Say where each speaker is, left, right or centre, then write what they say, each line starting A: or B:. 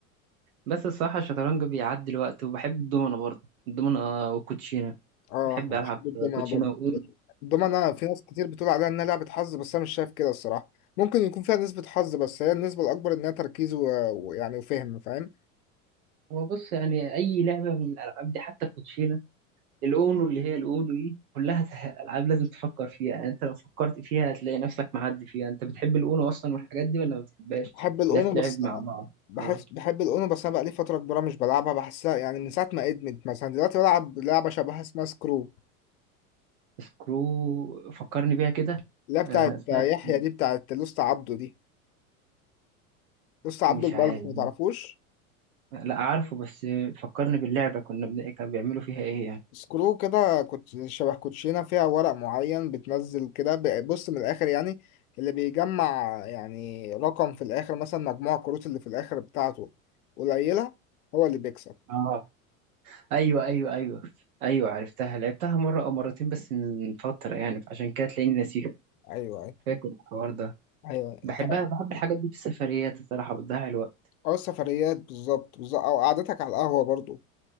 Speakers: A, on the right; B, on the left.
A: بس الصراحة الشطرنج بيعدي الوقت وبحب الدومنة برضه الدومنة والكوتشينة
B: اه
A: بحب
B: أنا
A: ألعب
B: بحب الدومنة
A: كوتشينة
B: برضه
A: وأونو
B: الدومنة في ناس كتير بتقول عليها إنها لعبة حظ بس أنا مش شايف كده الصراحة ممكن يكون فيها نسبة حظ بس هي النسبة الأكبر إنها تركيز و- ويعني وفهم فاهم
A: هو بص يعني أي لعبة من الألعاب دي حتى الكوتشينة الاونو اللي هي الاونو دي كلها <laughs> ته- العاب لازم تفكر فيها يعني انت لو فكرت فيها هتلاقي نفسك معدي فيها انت بتحب الاونو اصلا والحاجات دي ولا ما بتحبهاش
B: بحب الأونو
A: لا تلعب
B: بس
A: مع بعض
B: بحس
A: اه
B: بحب الأونو بس أنا بقالي فترة كبيرة مش بلعبها بحسها يعني من ساعة ما ادمت مثلا دلوقتي بلعب لعبة شبهها اسمها سكرو
A: سكرو فكرني بيها كده
B: اللي هي بتاعت
A: آه اسمها
B: يحيى
A: إيه؟
B: دي بتاعت لوست عبده دي لسه عبده
A: مش
B: البلف
A: عارف
B: ما تعرفوش
A: لا عارفه بس فكرني باللعبة كنا بن... كانوا بيعملوا فيها ايه يعني
B: سكرو كده كنت شبه كوتشينه فيها ورق معين بتنزل كده ب- بص من الاخر يعني اللي بيجمع يعني رقم في الاخر مثلا مجموع الكروت اللي في الاخر بتاعته قليله هو اللي بيكسب
A: اه ايوه ايوه ايوه ايوه عرفتها لعبتها مرة او مرتين بس من فترة يعني فعشان كده تلاقيني ناسيها
B: ايوه ايوه
A: فاكر الحوار ده
B: ايوه
A: بحبها
B: انت
A: بحب الحاجات دي في السفريات الصراحة بتضيع الوقت
B: او السفريات بالظبط بالظبط او قعدتك على القهوه برضو